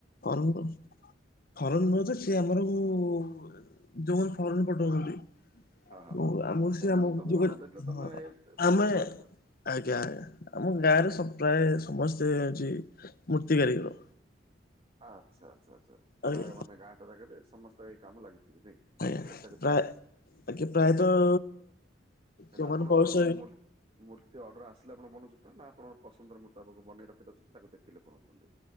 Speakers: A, on the left; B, on the right.
A: କରନ୍ତୁ। ଫରେନ ନୁହଁ ଯେ ସେ ଆମର ଉ ଯୋଉମାନେ ଫରେନ ପଠଉଛନ୍ତି
B: ହଁ ହଁ
A: ଯୋଉ
B: ହଁ
A: ଆମକୁ
B: ଆଉ ସେମାନେ
A: ସିଏ ଆମକୁ
B: ତମକୁ
A: ଯୋଗେ
B: ଅର୍ଡର ଦେଇଥିଲେ ତମେ
A: ହଁ
B: ତମେ
A: ଆମେ
B: ତ ପାର୍ଟସ ଅଛ।
A: ଆଜ୍ଞା ଆଜ୍ଞା ଆମ ଗାଁ ରେ ସବୁ ପ୍ରାୟେ ସମସ୍ତେ ହଉଚି ମୂର୍ତ୍ତି କାରିଗର।
B: ଆଚ୍ଛା ଆଚ୍ଛା ଆଚ୍ଛା
A: ଆଜ୍ଞା
B: ପ୍ରାୟ ମାନେ ଗାଁଟା ଯାଗାରେ ସମସ୍ତେ ଏଇ କାମ ଲାଗିଥିବେ ନାଇଁ?
A: ଆଜ୍ଞା
B: ପ୍ରତ୍ୟେକ ଦିନ
A: ପ୍ରାୟ ଆଜ୍ଞା ପ୍ରାୟତଃ
B: ତାହେଲେ
A: ଯୋଉମାନେ
B: ଆପଣ
A: ପଇସା
B: ଅର୍ଡର ମୋର ମୂର୍ତ୍ତି ଅର୍ଡର ଆସିଲେ ଆପଣ ବନଉଛନ୍ତି ନା ଆପଣ ପସନ୍ଦର ମୁତାବକ ବନେଇ ରଖି ଦଉଛନ୍ତି ତାକୁ ଦେଖି ଲୋକ ନୋଉଛନ୍ତି?